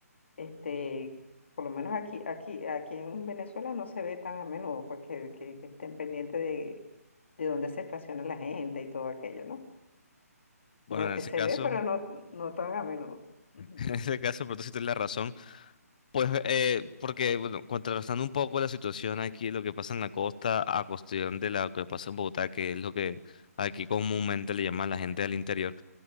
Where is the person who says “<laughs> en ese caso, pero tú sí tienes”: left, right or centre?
Left